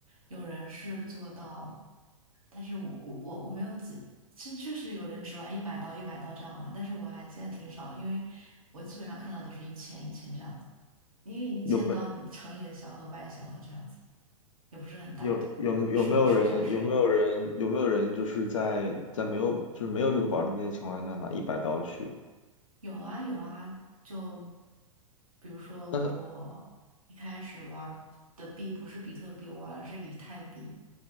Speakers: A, on the right; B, on the left.
A: 有人是做到，但是我我我我没有记，实确实有人只玩一百刀一百刀这样玩，但是我还见得挺少的，因为我基本上看到都是一千一千这样子，因为你一千刀你成也小和败也小和这样子，
B: 有没
A: 也不是很大的投入，
B: 有有有没有人有没有人有没有人就是在在没有就是没有这个保证金的情况下拿一百刀去？
A: 试吧试一下水。有啊有啊，就比如说我一开始玩儿的币不是比特币，
B: 但是
A: 我玩的是以太币，